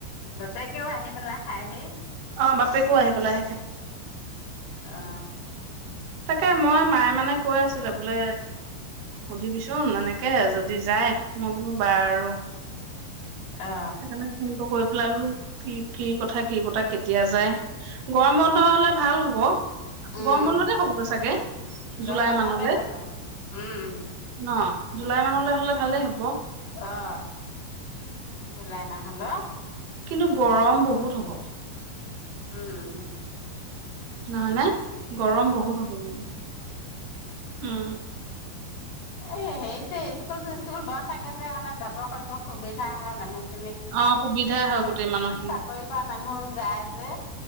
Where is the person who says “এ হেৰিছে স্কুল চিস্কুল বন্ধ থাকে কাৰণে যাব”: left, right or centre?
Left